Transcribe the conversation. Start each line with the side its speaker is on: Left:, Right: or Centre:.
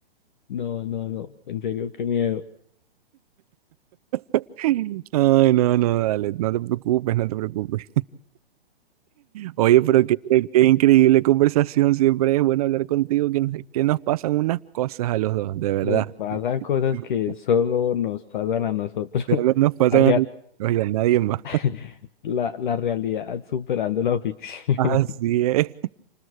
Left: no, no, no, en serio, qué miedo.
Right: <laughs> Ay, no, no, dale, no te preocupes, no te preocupes. Oye, pero qué, qué increíble conversación. Siempre es bueno hablar contigo, que, que nos pasan unas cosas a los dos, de verdad.
Left: Nos pasan cosas que
Right: De
Left: solo nos pasan a nosotros.
Right: verdad
Left: <laughs>
Right: nos pasan
Left: La, real-
Right: a los dos y a nadie más.
Left: <laughs> la, la realidad superando la ficción.
Right: Así es.